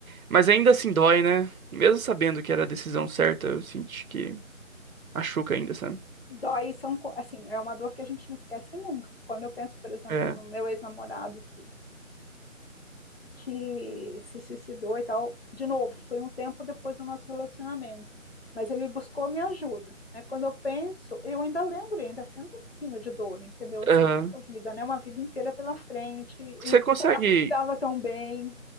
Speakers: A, on the right; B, on the left.
A: Mas ainda assim dói, né? Mesmo sabendo que era a decisão certa, eu senti que machuca ainda, sabe?
B: Dói são assim, é uma dor que a gente não esquece nunca. Quando eu penso, por exemplo,
A: É.
B: no meu ex-namorado que que se suicidou e tal. De novo, foi um tempo depois do nosso relacionamento, mas ele buscou minha ajuda, né? Quando eu penso, eu ainda lembro, eu ainda sinto um pouquinho de dor, entendeu? Assim,
A: Aham.
B: puxa vida, né? Uma vida inteira pela frente e
A: Você consegue,
B: pô, a gente estava tão bem.